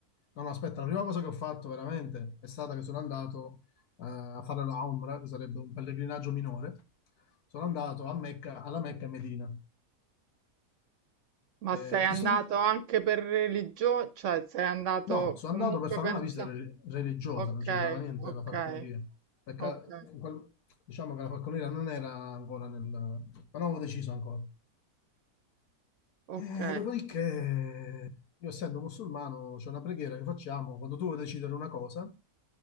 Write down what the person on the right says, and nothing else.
Ma
sei andato
anche per religione? Cioè, sei andato
comunque
pensa...
Ok,
ok,
ok,
ok,